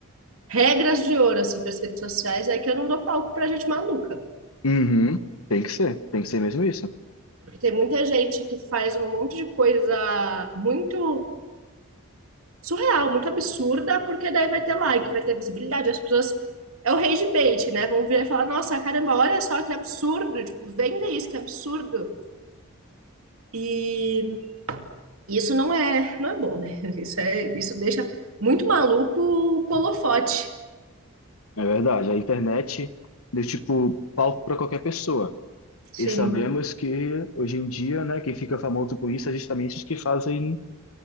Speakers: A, on the right; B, on the left.
A: regras de ouro, assim, das redes sociais é que eu não dou palco pra gente maluca.
B: Uhum, Tem que ser, tem que ser mesmo isso.
A: Porque tem muita gente que faz um monte de coisa muito surreal, muito absurda, porque daí vai ter like, vai ter visibilidade. As pessoas. É o rage bait, né? Vão vir e falar: nossa, caramba, olha só que absurdo. Tipo, vem ver isso, que absurdo. E isso não é, não é bom, né? <laughs> Isso, é, isso deixa muito maluco o holofote.
B: É verdade, a internet deu, tipo, palco para qualquer pessoa.
A: Sim,
B: E sabemos que hoje em dia, né, quem fica famoso com isso é justamente os que fazem